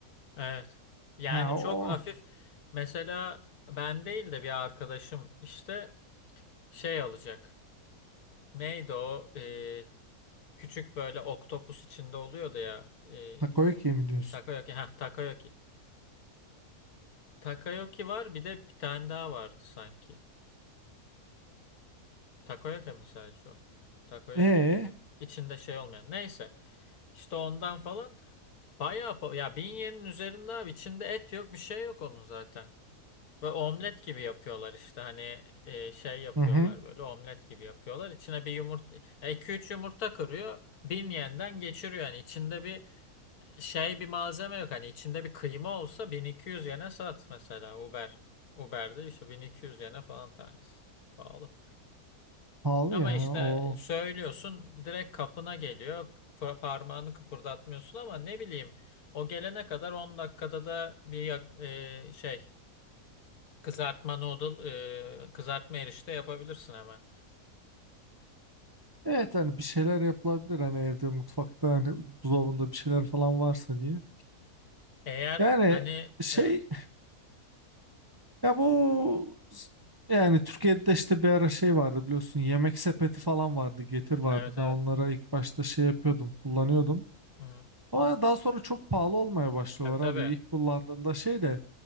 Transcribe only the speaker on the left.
Evet. Yani
çok
hafif mesela ben değil de bir arkadaşım işte şey alacak. Neydi o? Ee, küçük böyle oktopus içinde oluyordu ya. Ee,
Takayoki. ha Takayoki. Takayoki var bir de bir tane daha vardı sanki. Takoyaki mi sadece o? Takoyaki
mi deniyor? İçinde şey olmayan. Neyse. İşte ondan falan bayağı pa- ya bin yenin üzerinde abi içinde et yok bir şey yok onun zaten. Ve omlet gibi yapıyorlar işte hani e, şey yapıyorlar
böyle omlet gibi yapıyorlar. İçine bir yumurta iki üç yumurta kırıyor. Bin yenden geçiriyor yani içinde bir şey bir malzeme yok hani içinde bir kıyma olsa 1200 yene sat mesela Uber. Uber'de işte 1200 yene falan tanesi. Pahalı.
Ama
işte
söylüyorsun direkt kapına geliyor. Pa- Parmağını kıpırdatmıyorsun ama ne bileyim o gelene kadar 10 dakikada da bir yak- e, şey kızartma noodle e, kızartma erişte yapabilirsin hemen.
Eğer
hani
evet
evet evet.
Hı-hı.
Tabii tabii.